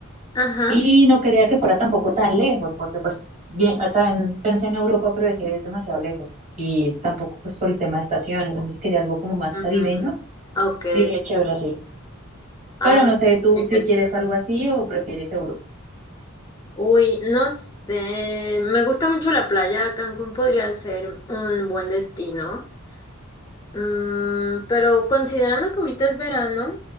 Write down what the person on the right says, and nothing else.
Y no quería que fuera tampoco tan lejos, porque pues bien, ah, también pensé en Europa, pero dije, es demasiado lejos. Y tampoco pues por el tema de estaciones, entonces quería algo como más
caribeño.
Y dije, chévere, sí.
Pero no sé, tú
si
quieres algo así o prefieres Europa.